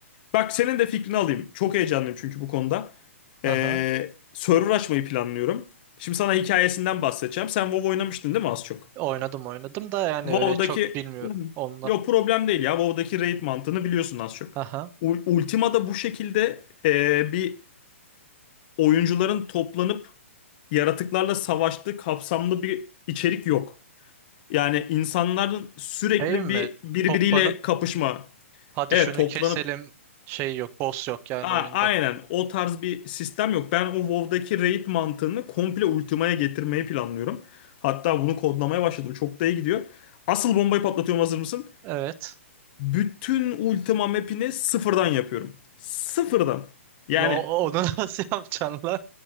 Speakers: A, on the left; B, on the right.
A: Bak senin de fikrini alayım. Çok heyecanlıyım çünkü bu konuda. Ee,
B: Aha.
A: server açmayı planlıyorum. Şimdi sana hikayesinden bahsedeceğim. Sen WoW oynamıştın değil mi az çok?
B: Oynadım oynadım da yani
A: WoW'daki...
B: öyle çok bilmiyorum
A: Hı hı.
B: onunla.
A: yo problem değil ya. WoW'daki raid mantığını biliyorsun az çok.
B: Aha.
A: U- Ultima'da bu şekilde ee, bir oyuncuların toplanıp yaratıklarla savaştığı kapsamlı bir içerik yok. Yani insanların sürekli
B: Şey mi?
A: bir birbiriyle
B: Toplanıp
A: kapışma.
B: hadi
A: Evet
B: şunu
A: toplanıp
B: keselim şey yok boss yok yani
A: a
B: oyunda.
A: aynen o tarz bir sistem yok. Ben o WoW'daki raid mantığını komple Ultima'ya getirmeyi planlıyorum. Hatta bunu kodlamaya başladım. Çok da iyi gidiyor. Asıl bombayı patlatıyorum hazır mısın?
B: Evet.
A: Bütün Ultima map'ini sıfırdan yapıyorum. Sıfırdan. Yani
B: La, o- onu <laughs> nasıl yapacaksın la?